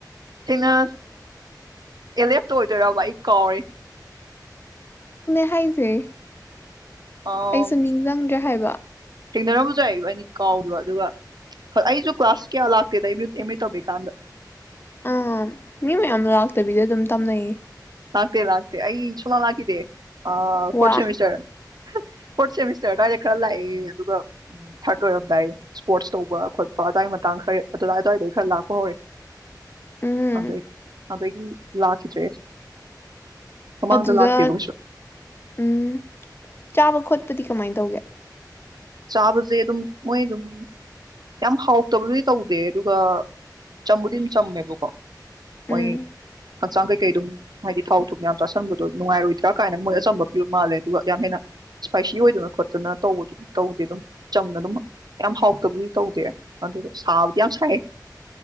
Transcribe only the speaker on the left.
ꯍꯥꯏꯥꯏꯖꯩ
ꯑꯩꯁꯨ ꯅꯤꯡꯁꯤꯡꯗ꯭ꯔꯦ ꯍꯥꯏꯕ
ꯑꯥ ꯃꯤ ꯃꯌꯥꯝ ꯂꯥꯛꯇꯕꯤꯗ ꯑꯗꯨꯝ ꯇꯝꯅꯩꯌꯦ
ꯋꯥ
ꯎꯝ
ꯑꯗꯨꯗ
ꯎꯝ ꯆꯥꯕ ꯈꯣꯠꯄ ꯞꯗꯤ ꯀꯃꯥꯏꯅ ꯇꯧꯒꯦ
ꯎꯝ